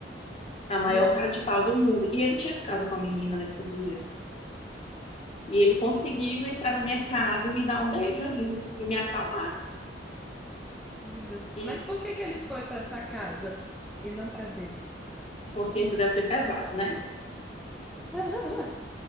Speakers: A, on the left (about 35°); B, in the centre.
A: a maior
B: Meu
A: cara
B: Deus,
A: de pau do mundo. E ele tinha ficado com a menina nesse dia. E ele conseguiu entrar na minha casa e me dar um beijo ainda, e me acalmar,
B: meu Deus.
A: que
B: Mas por que que ele foi para sua casa e não para dele?
A: consciência deve ter pesado, né?
B: <laughs>